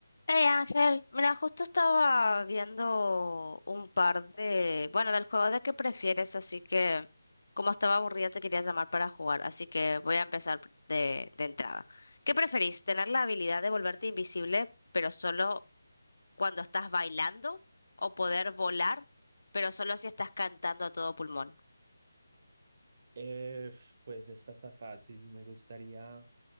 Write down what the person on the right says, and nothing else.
Eh, pues esta está fácil. Me gustaría